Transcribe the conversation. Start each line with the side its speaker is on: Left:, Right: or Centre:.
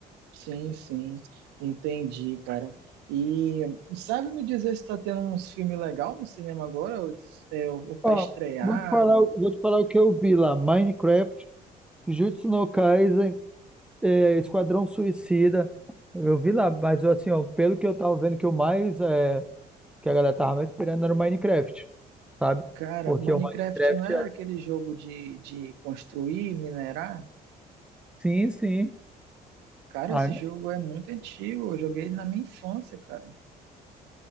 Right: Sim, sim, entendi, cara. E sabe me dizer se tá tendo uns filmes legais no cinema agora? Ou, é, ou pra
Centre: Ó,
Right: estrear?
Centre: eu vou te falar, eu vou te falar o que eu vi lá. Minecraft, Jujutsu no Kaisen, é, Esquadrão Suicida. Eu vi lá, mas assim, ó, pelo que eu tava vendo que o mais é, que a galera tava mais esperando era o Minecraft, sabe?
Right: Cara,
Centre: Porque
Right: Minecraft
Centre: o Minecraft
Right: não é
Centre: era.
Right: aquele jogo de, de construir, minerar?
Centre: Sim, sim.
Right: Cara,
Centre: Ah,
Right: esse jogo é muito antigo. Eu joguei ele na minha infância, cara.